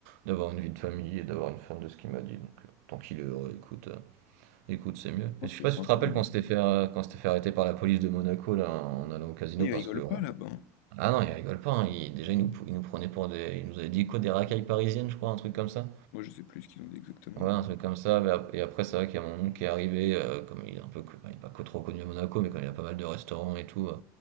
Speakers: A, on the right; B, on the left.
A: d'avoir une vie de famille et d'avoir une femme de ce qu'il m'a dit, donc euh, tant qu'il est heureux, écoute, euh, écoute, c'est mieux.
B: Non,
A: Et
B: c'était
A: je sais pas
B: sympa,
A: si tu te rappelles
B: man.
A: quand on s'était fait, euh, quand on s'était fait arrêter par la police de Monaco, là, en allant au casino,
B: Mais ils
A: parce
B: rigolent
A: que... on-
B: pas là-bas. hein.
A: Ah non, il rigole pas, hein, il- déjà il nous, il nous prenait pour des... Il nous avait dit quoi, des racailles parisiennes, je crois, un truc comme ça.
B: Moi, je sais plus ce qu'ils ont dit exactement,
A: Ouais,
B: mais...
A: un truc comme ça. mais ap- Et après, c'est vrai qu'il y a mon oncle qui est arrivé, euh, comme il est un peu, co- il est pas co- trop connu à Monaco, mais comme il a pas mal de restaurants et tout, euh,